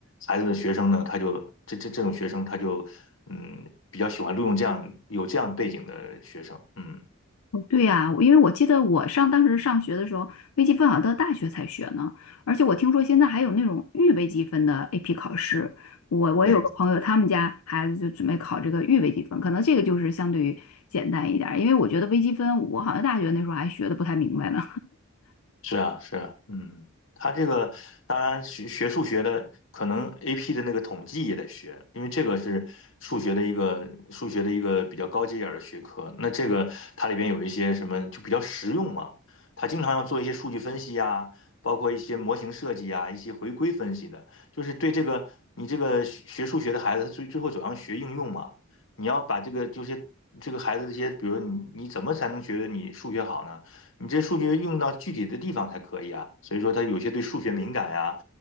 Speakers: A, on the left; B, on the left.
A: 孩子的学生呢，他就这这这种学生他就嗯比较喜欢录用这样有这样背景的学生，嗯。
B: 哦对呀，因为我记得我上当时上学的时候，微积分好像到大学才学呢，而且我听说现在还有那种预微积分的 AP 考试。我我有个朋友，
A: 对，
B: 他们家孩子就准备考这个预微积分，可能这个就是相对于简单一点儿，因为我觉得微积分我好像大学那时候还学的不太明白呢。
A: 是啊，是啊，嗯，他这个当然学学数学的，可能 AP 的那个统计也得学，因为这个是数学的一个数学的一个比较高阶点儿的学科。那这个它里边有一些什么就比较实用嘛，它经常要做一些数据分析呀，包括一些模型设计呀，一些回归分析的，就是对这个你这个学学数学的孩子，他最最后走向学应用嘛，你要把这个就是这个孩子这些，比如你你怎么才能觉得你数学好呢？你这数据用到具体的地方才可以啊。所以说，他有些对数学敏感呀、啊